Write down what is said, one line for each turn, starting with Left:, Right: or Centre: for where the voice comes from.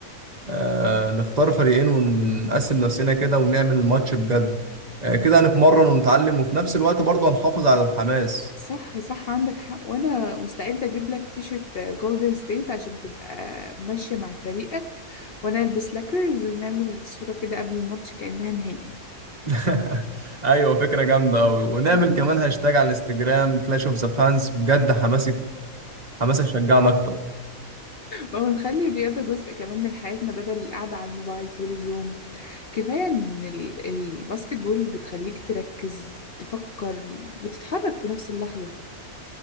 Right: آه نختار فريقين ونقسم نفسنا كده ونعمل ماتش بجد آه كده هنتمرن ونتعلم وفي نفس الوقت برضه هنحافظ على الحماس
Left: صح صح عندك حق وانا مستعدة اجيب لك تيشرت جولدن ستيت عشان تبقى ماشية مع فريقك وانا البس لاكرز ونعمل صورة كده قبل الماتش كأنها نهائي
Right: <laughs> ايوه فكره جامده قوي ونعمل
Left: <laughs>
Right: كمان هاشتاج على الانستجرام كلاش اوف ذا فانز بجد حماسك حماسك شجعنا اكتر
Left: ما هو نخلي الرياضة جزء كمان من حياتنا بدل القعدة على الموبايل طول اليوم كفاية إن ال- الباسكت بول بتخليك تركز تفكر وتتحرك في نفس اللحظة